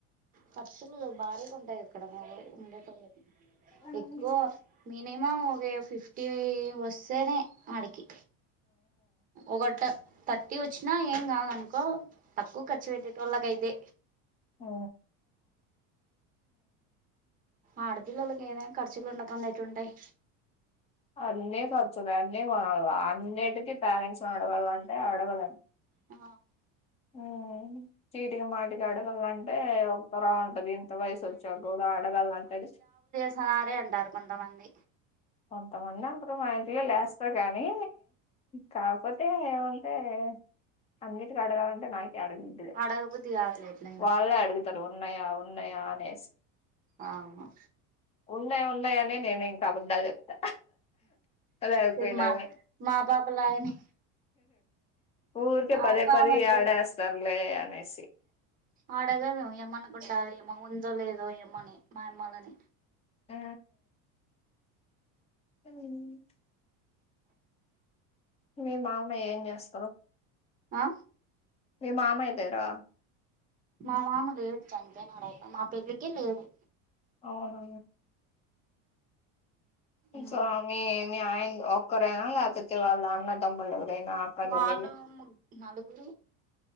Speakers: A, on the right; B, on the left.
A: ఖర్చులు భారీగా ఉంటయి ఇక్కడ మరి ఉండేటోళ్ళకి
B: ఉమ్,
A: ఎక్కువ మినిమం ఒక ఫిఫ్టీ వస్తేనే ఆడికి ఒక ట థర్టీ వచ్చినా ఏం కాదనుకో తక్కువ కర్చు పెట్టేటోల్లకైతే
B: ఆ
A: ఆడపిల్లలకి ఏదైనా ఖర్చులు ఉండకుండ ఎట్లుంటాయ్
B: అన్నీ ఖర్చులే అన్నీ కొనాలా అన్నిటికీ పేరెంట్స్ని అడగాలంటే అడగలేం
A: ఆ
B: ఆ చీటికి మాటికి ఆడగళ్లంటే ఒకలా ఉంటది ఇంత వయసు వచ్చాక కూడా ఆడగలంట అ
A: న్నారే అంటారు కొంతమంది
B: కొంతమంది ఉంటరు మా ఇంటిలో లేస్తారు గాని కాకపోతే ఏమంటే అన్నింటికి అడగాలంటే నాకే అడగబుద్ధి కాదు
A: అడగబుద్ధికాదులే ఎట్ల
B: వాళ్ళే అడుగుతరు ఉన్నాయా ఉన్నాయా అనే
A: అవును
B: ఉన్నయి ఉన్నయి అని నేను ఇంకా అబద్ధాలు చెప్తా అదే అయిపోయినా
A: సేమ్ మా
B: కానీ
A: మా పాపలాగనే
B: ఊరికే పదే
A: ఆ పాప
B: పదే
A: అంతే
B: ఏడేస్తారులే అనేసి
A: అడగదు ఏమనుకుంటారు ఏమో ఉందో లేదో ఏమని మా అమ్మలని
B: ఆ, ఉ మీ మామాయ్య ఏం చేస్తారు
A: ఆ
B: మీ మామయ్యగారా
A: మా మామ లేడు చనిపోయినాడైతే మా పెళ్ళకి లేడు
B: అవునా ఉహు
A: మ్
B: మీ ఆయ ఒక్క ఒక్కడేనా లేపోతే వాళ్ళ అన్నతమ్ములు ఎవరైనా అక్క
A: వాళ్ళు
B: చెల్లెలు
A: ముగ్ నలుగురు